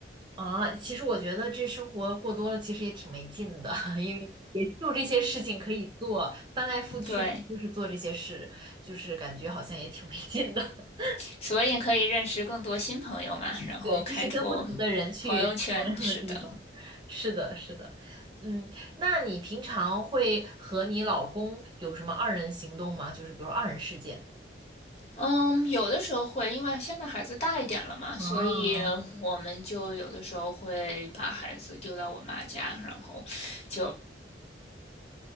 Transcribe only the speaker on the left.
<laughs> 对，
所以可以认识更多新朋友嘛，然后开拓
朋友圈，是的。
嗯，有的时候会，因为现在孩子大一点了嘛，
所以我们就有的时候会把孩子丢到我妈家，然后就我